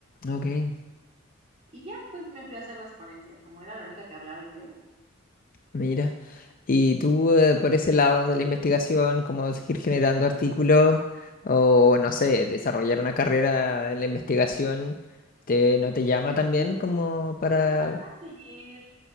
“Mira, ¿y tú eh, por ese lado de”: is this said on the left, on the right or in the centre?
Left